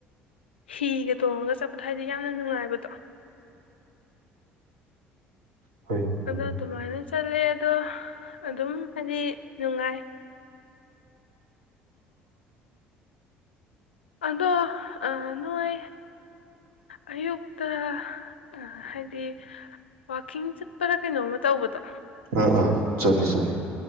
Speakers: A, on the left; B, on the right.
A: ꯍꯤꯒ ꯇꯣꯡꯉꯒ ꯆꯠꯄꯗꯣ ꯍꯥꯏꯗꯤ ꯌꯥꯝꯅ ꯅꯨꯡꯉꯥꯏꯕꯗꯣ
B: ꯎꯝ ꯍꯣꯏ ꯅꯨꯡꯉꯥꯏ
A: ꯑ ꯇꯃꯥꯏꯅ ꯆꯂꯦ ꯑꯗꯣ ꯑꯗꯨꯝ ꯍꯥꯏꯗꯤ ꯅꯨꯡꯉꯥꯏ ꯑꯗꯣ ꯅꯣꯏ ꯑꯌꯨꯛꯇ ꯑ ꯍꯥꯏꯗꯤ ꯋꯥꯀꯤꯡ ꯄꯨꯔꯥ ꯀꯩꯅꯣꯝꯃ ꯇꯧꯕꯗꯣ
B: ꯑꯥ ꯑꯥ ꯆꯠꯂꯤ ꯆꯠꯂꯤ